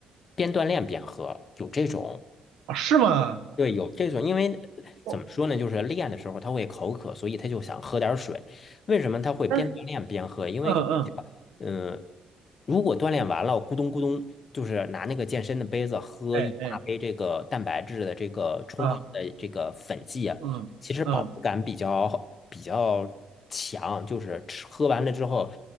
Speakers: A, on the left; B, on the right.
A: 边锻炼边喝，有这种。
B: 啊是吗
A: 对，有这种，因为呃怎么说呢，
B: 想喝 o k 哎是吗哦，
A: 就是练的时候他会口渴，所以他就想喝点儿水。为什么他会边锻炼边喝？
B: 但是
A: 因为就是讲，
B: 嗯嗯，
A: 嗯、如果锻炼完了，咕咚咕咚，就是拿那个健身的杯子喝一大杯这个蛋白质的这个冲泡的这个粉剂啊，
B: 哎哎啊嗯嗯，
A: 其实饱腹感比较比较强，就是吃喝完了之后，